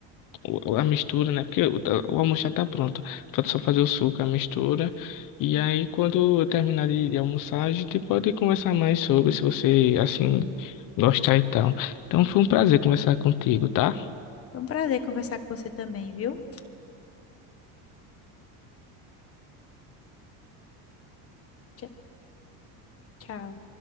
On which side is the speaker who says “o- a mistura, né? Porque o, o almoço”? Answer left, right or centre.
Left